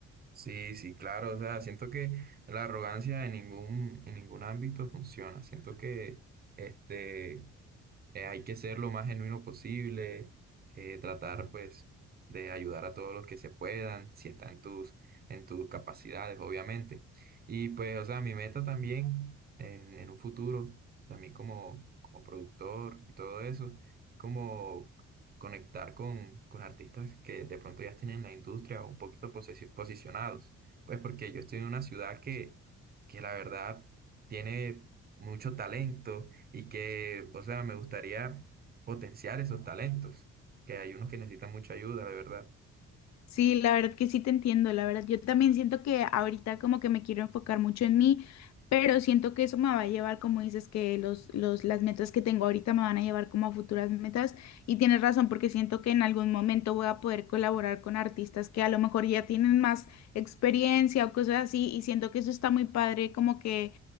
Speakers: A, on the right; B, on the left.
A: Sí, sí, claro, o sea, siento que la arrogancia en ningún, en ningún ámbito funciona. Siento que este, eh, hay que ser lo más genuino posible, eh, tratar pues de ayudar a todos los que se puedan, si está en tus, en tus capacidades, obviamente. Y pues, o sea, mi meta también en, en un futuro, también como, como productor y todo eso, como conectar con, con artistas que de pronto ya estén en la industria un poquito posesi- posicionados. Pues porque yo estoy en una ciudad que, que la verdad tiene mucho talento y que, o sea, me gustaría potenciar esos talentos, que hay unos que necesitan mucha ayuda, la verdad.
B: Sí, la verdad que sí te entiendo, la verdad. Yo también siento que ahorita como que me quiero enfocar mucho en mí, pero siento que eso me va a llevar, como dices, que los, los, las metas que tengo ahorita me van a llevar como a futuras metas. Y tienes razón, porque siento que en algún momento voy a poder colaborar con artistas que a lo mejor ya tienen más experiencia o cosas así, y siento que eso está muy padre, como que